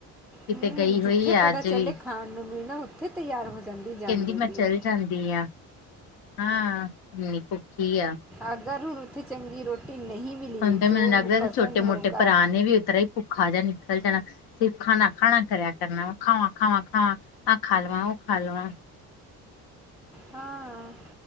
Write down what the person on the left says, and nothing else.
ਕਿਤੇ
ਗਈ
ਹੋਈ ਆ
ਅੱਜ
ਵੀ
ਕਹਿੰਦੀ
ਮੈਂ
ਚੱਲ
ਜਾਂਦੀ ਆ। ਹਾਂ, <unintelligible> ਭੁੱਖੀ ਆ।
<unintelligible> ਮੈਨੂੰ
ਲੱਗਦਾ
ਛੋਟੇ ਮੋਟੇ
ਭਰਾ ਨੇ ਵੀ ਉਤਰਾ ਹੀ ਭੁੱਖਾ ਜਾ ਨਿਕਲ ਜਾਣਾ। ਸਿਰਫ਼ ਖਾਣਾ ਖਾਣਾ ਕਰਿਆ ਕਰਨਾ। ਖਾਵਾ-ਖਾਵਾ, ਖਾਵਾ ਆ ਖਾ ਲਵਾ ਉਹ ਖਾ ਲਵਾ।